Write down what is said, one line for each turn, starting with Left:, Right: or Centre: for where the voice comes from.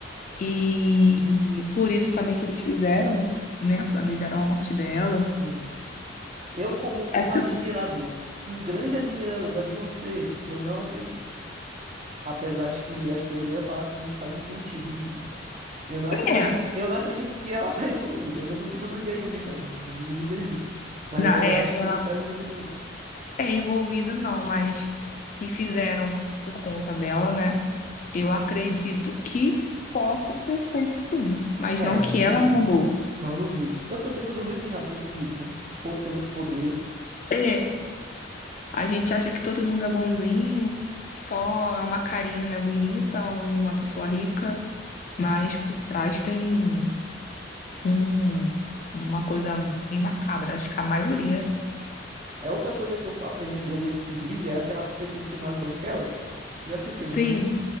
Left: E, e por isso também que eles fizeram, né? Planejaram a morte dela.
Right: Sim. Eu, como um
Left: É,
Right: admirador, um grande admirador da Beyoncé, eu não acredito. Apesar de que ler as teorias falar assim, "Hum, faz um sentidozinho. Eu não acredito,
Left: é,
Right: eu não acredito que ela tá envolvida. Eu não duvido do Jay-Z, não. Não duvido do Jay-Z. Mas
Left: na-
Right: ela
Left: é,
Right: eu acho
Left: ela
Right: que não tá envolvida, não.
Left: é envolvida, não, mas que fizeram por conta dela, né? Eu acredito que possam ter feito sim, mas
Right: É,
Left: não que
Right: não
Left: ela
Right: duvido.
Left: mandou.
Right: Não duvido. Eu também não duvido de nada, como tu disse, né? Esse povo tem muito poder.
Left: É, a gente acha que todo mundo é bonzinho, só é uma carinha, né, bonita, uma pessoa rica, mas por trás tem um, uma coisa bem macabra, acho que a maioria, assim.
Right: É outra coisa que eu, falo, eu lembrei desse pedido, era aquela, aquele filme As Branquelas. Já assistiu,
Left: Sim,
Right: não já?